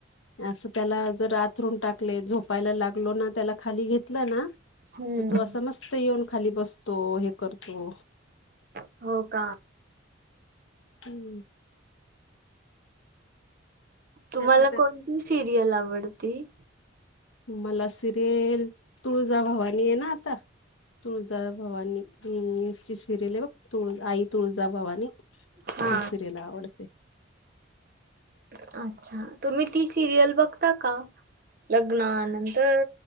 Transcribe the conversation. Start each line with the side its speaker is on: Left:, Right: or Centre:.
Left: असं त्याला जर आथरून टाकले झोपायला लागलो ना त्याला खाली घेतल ना
Right: हम्म
Left: तर तो असं मस्त येऊन खाली बसतो हे करतो
Right: हो का
Left: हम्म
Right: तुम्हाला
Left: त्याच त्याच
Right: कोणती सिरियल आवडती
Left: मला सिरियल तुळजा भवानी येनां आता तुळजा भवानी. हुं ती सिरियल आहे बघ तुळ आई तुळजाभवानी
Right: हा
Left: ही सिरियल आवड-
Right: अच्छा! तुम्ही ती सिरियल बघता का? लग्ना नं - तर